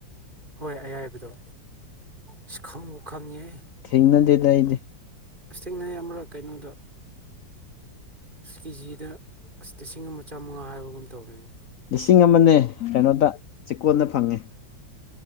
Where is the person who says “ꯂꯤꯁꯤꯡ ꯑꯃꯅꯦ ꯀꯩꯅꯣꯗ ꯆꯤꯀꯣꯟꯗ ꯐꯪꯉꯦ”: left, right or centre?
Left